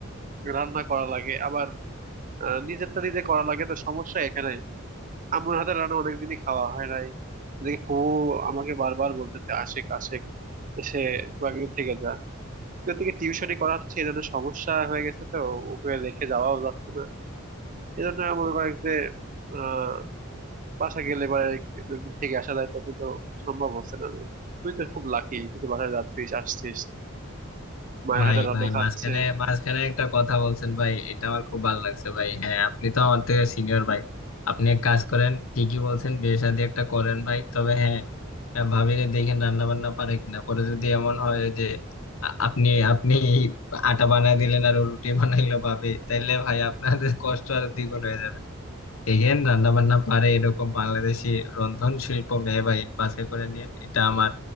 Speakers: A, on the right (about 40°); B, on the left (about 75°).
A: রান্না করা লাগে আবার আহ, নিজেরটা নিজে করা লাগে তো সমস্যা এখানে আম্মুর হাতের রান্না অনেকদিনই খাওয়া হয় নাই দেখি ফুফু আমাকে বারবার বলতেছে আশেক আশেক এসে কয়েকদিন থেকে যা এদিকে টিউশনই করাচ্ছে এই জন্য সমস্যা হয়ে গেছে তো ওকে রেখে যাওয়াও যাচ্ছে না এজন্য মনে করে যে আহ বাসা গেলে বা দুদিন থেকে আসা যায় তো কিন্তু সম্ভব হচ্ছে না তুই তো খুব লাকি তুই তো বাসায় যাচ্ছিস আসছিস মায়ের
B: ভাই
A: হাতে রান্না
B: ভাই
A: খাচ্ছে
B: মাঝখানে মাঝখানে একটা কথা বলছেন ভাই এটা আমার খুব ভালো লাগছে ভাই হ্যাঁ আপনি তো আমার থেকে সিনিয়র ভাই আপনি এক কাজ করেন ঠিকই বলছেন বিয়ে শাদী একটা করেন ভাই তবে হ্যাঁ হ্যাঁ, ভাবিনি দেখেন রান্না বান্না পারে কিনা পরে যদি এমন হয় যে আ- আপনি আপনি আটা বানায় দিলেন আর ও রুটি বানাইলো ভাবে তাহলে ভাই আপনার কষ্ট আরো দ্বিগুণ হয়ে যাবে এগেন রান্না বান্না পারে এরকম বাংলাদেশি রন্ধন শিল্প মেহবাই বাছাই করে নিয়েন এটা আমার